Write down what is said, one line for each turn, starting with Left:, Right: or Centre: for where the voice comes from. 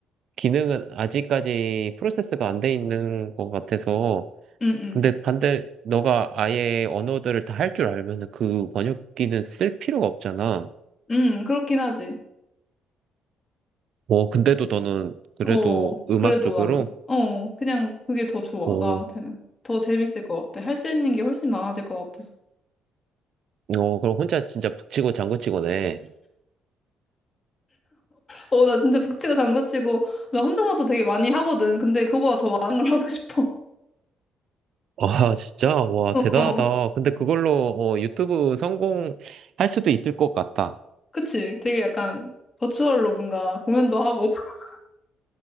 Right: 기능은 아직까지 프로세스가 안 돼 있는 것 같아서.
Left: 응, 응.
Right: 근데 반대, 너가 아예 언어들을 다 할 줄 알면은 그 번역기는 쓸 필요가 없잖아.
Left: 음, 그렇긴 하지.
Right: 어, 근데도 너는 그래도
Left: 어,
Right: 음악
Left: 그래도
Right: 쪽으로?
Left: 난, 어, 그냥 그게 더 좋아,
Right: 오,
Left: 나한테는. 더 재밌을 것 같아. 할 수 있는 게 훨씬 많아질 것 같아서.
Right: 어, 그럼 혼자 진짜 북치고 장구치고네.
Left: 어, 나 진짜 북치고 장구치고, 나 혼자서도 되게 많이 하거든. 근데 그거보다 더 많은 걸 <laughs> 하고 싶어.
Right: 아, 진짜? 와, 대단하다.
Left: 어,
Right: 근데 그걸로 어, 유튜브 성공할 수도 있을 것 같다.
Left: 그치? 되게 약간 버추얼로 뭔가 공연도 하고, <laughs>